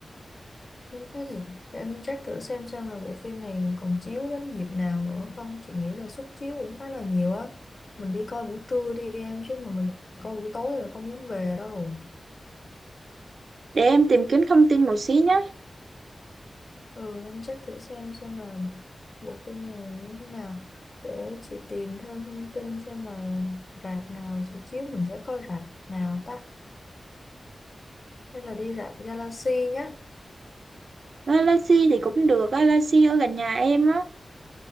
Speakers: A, on the left; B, on the right.
A: thế thì để em check thử xem xem là bộ phim này còn chiếu đến dịp nào nữa không chị nghĩ là suất chiếu cũng khá là nhiều á mình đi coi buổi trưa đi em chứ mà mình coi buổi tối là không dám về đâu
B: Để em tìm kiếm thông tin một xí nhé.
A: ừ em check thử xem xem là bộ phim này như thế nào để chị tìm thêm thông tin xem là rạp nào sẽ chiếu mình sẽ coi rạp nào ta hay là đi rạp Galaxy nhá
B: Galaxy thì cũng được, Galaxy ở gần nhà em á.